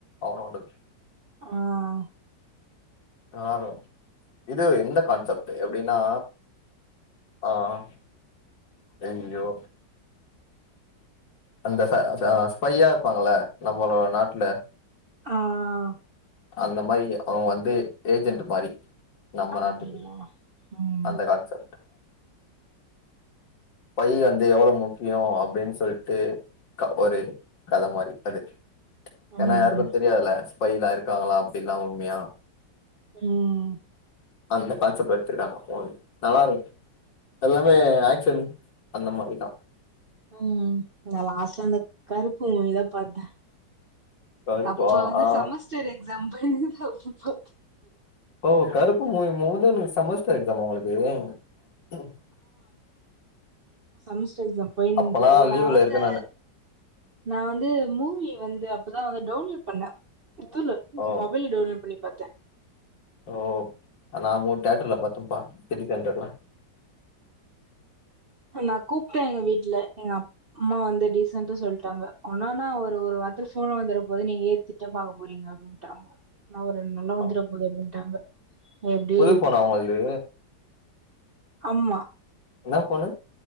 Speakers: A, on the left (about 80°); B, on the right (about 50°).
A: அவனோடது
B: ஆஹ்
A: நல்லாருகும் இது எந்த கான்செப்ட் எப்டினா ஆஹ் ஐய்யோ அந்த ச ச ஸ்பையா இருப்பாங்கல்ல நம்மளோட நாட்டுலெ
B: ஆஹ்
A: அந்த மாரி அவுங் வந்து ஏஜென்ட் மாரி நம்ம
B: அப்டிங்களா
A: நாட்டுக்கு
B: ம்
A: அந்த கான்செப்ட் பை வந்து எவ்ளோ முக்கியோ அப்டீன் சொல்ட்டு க ஒரு கத மாறி அது
B: ம்
A: ஏனா யாருக்கு தெரியாதுல பையிலாயிருக்காங்களா அப்டில்லா உண்மயா
B: உம்
A: அந்த கான்சப்ட் எடுத்துர்காங்க இப்பொ நல்லார்க்கு எல்லாமே ஆக்சன் அந்த மாரிதா
B: உம் நல்ல அசேந்த கருப்பு மூவி தா பாத்தே
A: கருப்பா
B: அப்போ வந்து
A: ஆ
B: செமஸ்டெரு எக் <unintelligible> பாத்து
A: ஓ கருப்பு மூவி மோதனு சமஸ்டர் எக்ஸாமா உங்களுக் <unintelligible>
B: சமெஸ்டர் எக்ஸாம் பொய்ன்ருக்கு
A: அப்பல்லா
B: நா
A: லீவ்ல
B: வந்து
A: இருக்கே நானு
B: நா வந்து மூவி வந்து அப் ப்பதா வந்து டவுன்லோட் பண்ணே இதுல
A: ஓ
B: மொபைல்ல டவுன்லோட் பண்ணி பாத்
A: ஓ ராமூ தேட்டர்ல பாத்துருப்பா சிட்டி சென்ட்ர்ல
B: நா கூப்ட்டே எங்க வீட்ல எங்க அப்ம்மா வந்து டீசண்டா சொல்ட்டாங்க ஒன்னானா ஒரு ஒரு வாரத்துல போன்ல வந்துற போது நீங்க ஏத்திட்ட பாக்க போறீங்க அப்டீன்ட்டாங்க நா ஒரு ரெண் நால்ல வந்துரு
A: ஆ
B: போல இருக்குன்டு இருந்தே எப்டி
A: புது ஃபோனா உங்கள்து
B: ஆமா
A: என்ன போனு